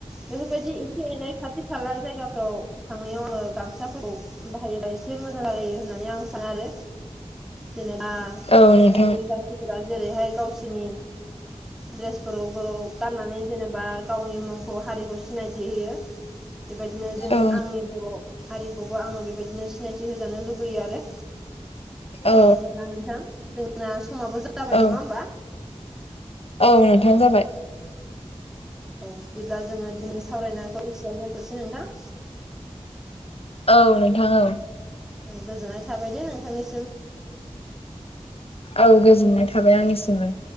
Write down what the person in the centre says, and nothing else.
बेबायदि एसे एनै खाथि खाला जायगाफोराव थांनायाव आङो गामसाफोरखौ बाहायोबा एसे मोजां जायो होननानै आं सानो आरो जेनेबा
गुबुन जाथिफ्रा जेरैहाय गावसिनि द्रेस ग्रौ ग्रौ गाननानै जेनेबा गावनि मुंखौ हारिखौ सिनायथि होयो। बेबायदिनो जों
आंनि बर' हारिखौबो आङो बेबायदिनो सिनायथि होजानो लुुबैयो आरो।
बिदिब्ला नोंथां जोंना समाबो जाबाय
नङा होमबा?
औ बिदिब्ला जोङो दिनै सावरायनायखौ एसेयावनो दोनथ'सै नोंथां।
ओं गोजोननाय थाबाय दे नोंथांनिसिम।